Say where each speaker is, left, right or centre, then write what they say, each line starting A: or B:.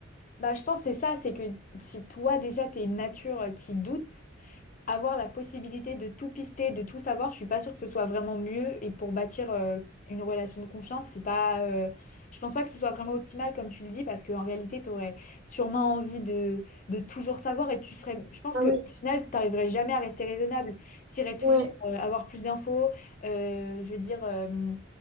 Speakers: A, on the left; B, on the right.
A: Bah, je pense que c'est ça, c'est que si toi déjà t'es une nature euh, qui doute, avoir la possibilité de tout pister, de tout savoir, je suis pas sûre que ce soit vraiment mieux. Et pour bâtir euh, une relation de confiance, c'est pas, euh, je pense pas que ce soit vraiment optimal comme tu le dis, parce qu'en réalité, tu aurais sûrement envie de, de toujours savoir et tu serais, je pense
B: Ah
A: que
B: oui,
A: au final, t'arriverais jamais à rester raisonnable. T'irais toujours
B: ouais.
A: euh, avoir plus d'infos, euh, je veux dire, euh,